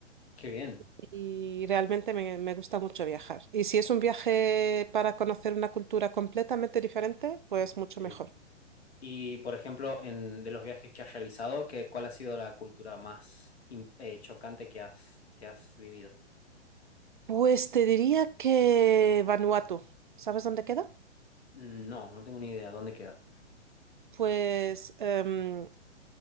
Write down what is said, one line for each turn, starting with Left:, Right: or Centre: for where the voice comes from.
Left: Qué bien.
Right: y realmente me, me gusta mucho viajar. Y si es un viaje para conocer una cultura completamente diferente, pues mucho
Left: Sí.
Right: mejor.
Left: Y, por ejemplo, en, de los viajes que has realizado, ¿qué, cuál ha sido la cultura más im- eh, chocante que has, que has vivido?
Right: Pues te diría que Vanuatu. ¿Sabes dónde queda?
Left: Mm, No, no tengo ni idea. ¿Dónde queda?
Right: Pues em,